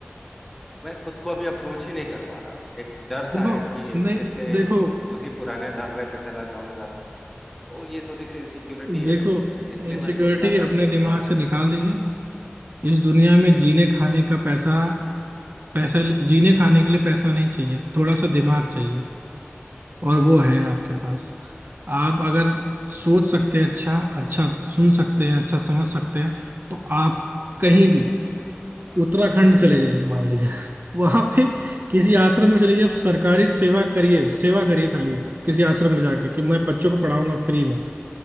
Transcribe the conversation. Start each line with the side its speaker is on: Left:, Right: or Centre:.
Centre: मैं खुद को अभी अप्रोच ही नहीं कर पा रहा एक डर
Right: देखो
Centre: सा है कि
Right: नहीं
Centre: फिर से
Right: देखो
Centre: उसी पुराने ढर्रे पे चला जाऊंगा तो ये थोड़ी सी इनसिक्योरिटी
Right: देखो
Centre: है इसलिए
Right: इनसिक्योरिटी
Centre: मैं सोच रहा
Right: अपने
Centre: था कि थोड़ा
Right: दिमाग से निकाल दीजिए इस दुनिया में जीने खाने का पैसा पैसा जीने खाने के लिए पैसा नहीं चाहिए थोड़ा सा दिमाग चाहिए और वो है आपके पास आप अगर सोच सकते हैं अच्छा अच्छा सुन सकते हैं अच्छा समझ सकते हैं तो आप कहीं भी उत्तराखंड चले जाइए मान लीजिए <laughs> वहां पे किसी
Centre: हम्म, जी
Right: आश्रम में चले जाइए आप सरकारी सेवा करिए सेवा करिए खाली किसी आश्रम में जाके कि मैं बच्चों को पढ़ाऊंगा फ्री में